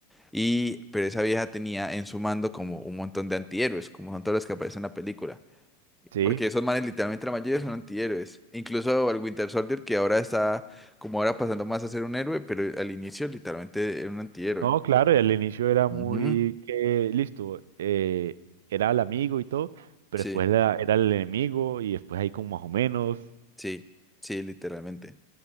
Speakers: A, in the centre; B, on the right.
A: Y, pero esa vieja tenía en su mando como un montón de antihéroes, como son todos los que aparecen en la película.
B: sí.
A: Porque esos manes literalmente la mayoría son antihéroes. Incluso el Winter Soldier, que ahora está como ahora pasando más a ser un héroe, pero al inicio literalmente era un antihéroe.
B: No, claro, y al inicio era muy
A: Ujú.
B: que, listo, eh, era el amigo y todo, pero
A: Sí,
B: después era, era el enemigo y después ahí como más o menos,
A: sí, sí, literalmente.